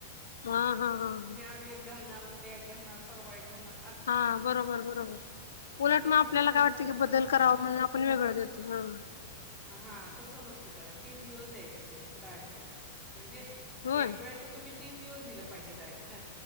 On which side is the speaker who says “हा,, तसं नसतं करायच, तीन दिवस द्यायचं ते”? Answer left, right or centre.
Centre